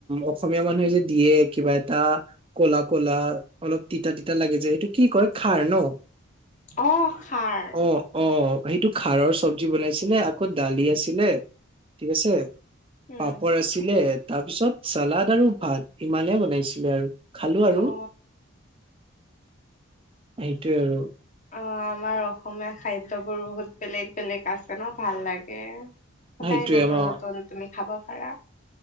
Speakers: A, on the right; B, on the left.
A: অসমীয়া মানুহে যে দিয়ে কিবা এটা ক'লা ক'লা অলপ তিতা তিতা লাগে যে সেইটো কি কয় খাৰ ন?
B: অহ খাৰ।
A: অ অ সেইটো খাৰৰ চব্জি বনাইছিলে আকৌ দালি আছি দিলে ঠিক আছে
B: উম
A: পাপৰ আছিলে তাৰপিছত চালাদ আৰু ভাত ইমানে বনাইছিলে আৰু খালো আৰু।
B: অ
A: সেইটোৱে আৰু।
B: অ আমাৰ অসমীয়া খাদ্যবোৰ বহুত বেলেগ বেলেগ আছে ন ভাল লাগে। সদায়
A: সেইটোৱে
B: নতুন
A: আমাৰ
B: নতুন তুমি খাব পাৰা।